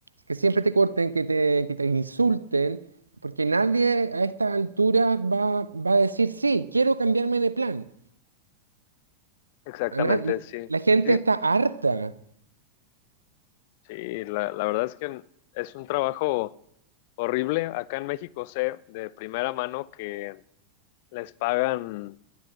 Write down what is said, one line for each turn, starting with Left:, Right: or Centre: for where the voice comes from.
Right: que siempre te corten, que te, que te insulten, porque nadie a esta altura va, va a decir, sí, quiero cambiarme de plan.
Left: exactamente,
Right: A na-
Left: sí,
Right: la gente
Left: sí,
Right: está harta,
Left: sí, la, la verdad es que es un trabajo horrible. Acá en México sé de primera mano que les pagan, o